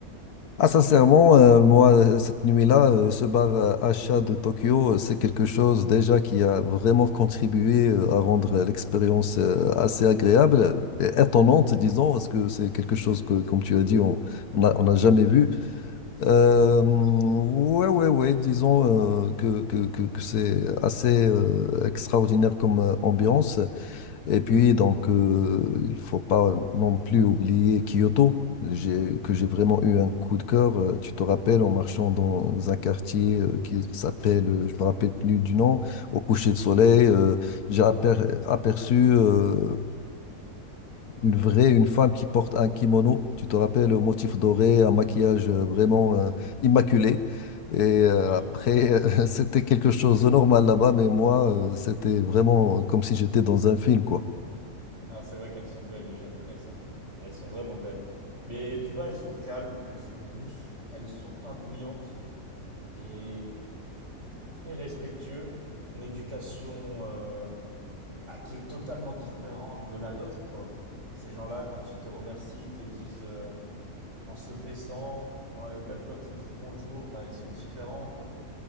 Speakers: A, on the left (about 80°); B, on the right (about 50°).
A: Ah, sincèrement, euh, moi, euh, cette nuit-là, euh, ce bar euh, Acha de Tokyo, euh, c'est quelque chose déjà qui a vraiment contribué euh, à rendre euh, l'expérience euh, assez agréable, et étonnante, disons, parce que c'est quelque chose que, comme tu as dit, on on a- on n'a jamais vu. Euh, ouais, ouais, ouais, disons euh, que, que, que, que c'est assez euh, extraordinaire comme euh, ambiance. Et puis, donc, euh, il faut pas non plus oublier Kyoto, j'ai, que j'ai vraiment eu un coup de cœur. Euh, tu te rappelles, en marchant dans un quartier euh, qui s'appelle, euh, je me rappelle plus du nom, au coucher de soleil, euh, j'ai aper- aperçu euh, une vraie, une femme qui porte un kimono. Tu te rappelles, au motif doré, un maquillage euh, vraiment euh, immaculé. Et euh,
B: Ouais,
A: après,
B: c'est ça.
A: <laughs> c'était quelque chose de normal là-bas, mais moi, euh, c'était vraiment comme si j'étais dans un film, quoi.
B: Non, c'est vrai qu'elles sont belles, les japonaises. hein. Elles sont vraiment belles. Mais tu vois, elles sont calmes, elles sont douces, elles sont pas bruyantes et très respectueuses. Une éducation euh, bah, qui est totalement différente de la nôtre, quoi. Ces gens-là, quand ils te remercient, ils te disent euh, en se baissant, euh, même quand ils disent bonjour, bah, ils sont différents, quoi.